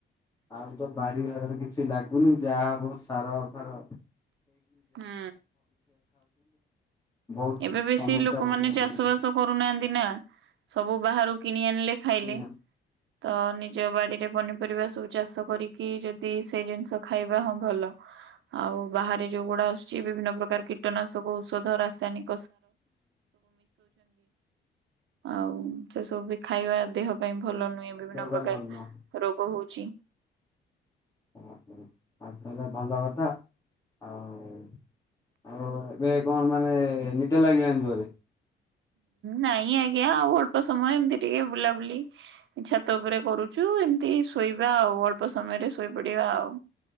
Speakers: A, on the left (about 15°); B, on the right (about 75°).
A: ଆଉତ ବାରିି---ରେ କିଛି ନାଗୁନି, ଯାହା ହବ ସାର ଫାର <inaudible>
B: ହୁଁ
A: ବହୁତ
B: ଏବେ ବେଶୀ
A: ସମସ୍ୟା
B: ଲୁକମାନେ
A: ଭୋଗିବାକୁ
B: ଚାଷ
A: ପଡୁଛି।
B: ବାସ କରୁ ନାଆନ୍ତି ନା। ସବୁ ବାହାରୁ କିଣି ଆଣିଲେ ଖାଇଲେ।
A: ହୁଁ
B: ତ ନିଜ ବାଡ଼ି ରେ ପନିପରିବା ଚାଷ କରିକି ଯଦି ସେଇ ଜିନ୍‌ଷ ଖାଇବା ହଁ ଭଲ। ଆଉ ବାହାରେ ଯଉ ଗୁଡା ଆ--ଚି। ବିଭିନ୍ନ ପ୍ରକାର୍ କୀଟନାଶକ ଔଷଧ ରାସାୟନି <inaudible> ଆଉ ସେ ସବୁ ବି ଖାଇବା ଦେହ ପାଇଁ ଭଲ ନୁଏଁ। ବିଭିନ୍ନ
A: ଦେହ ପାଇଁ
B: ପ୍ରକାର୍
A: ଭଲ ନୁହଁ।
B: ରୋଗ ହଉଚି।
A: ଆଉ ତା'--ଲେ ଭଲ କଥା ଆଉ। ଆଉ ଏବେ କ'ଣ ମାନେ ନିଦ ଲାଗିଲାଣି ଜୋରେ।
B: ନାଇଁ ଆଜ୍ଞା ଆଉ ଅଳ୍ପ ସମୟ ଏମ୍ତି ଟିକେ ବୁଲାବୁଲି। ଛାତ ଉପରେ କରୁଚୁ, ଏମ୍ତି ଶୁଇବା ଆଉ ଅଳ୍ପ ସମୟରେ ଶୋଇ ପଡ଼ିବା ଆଉ।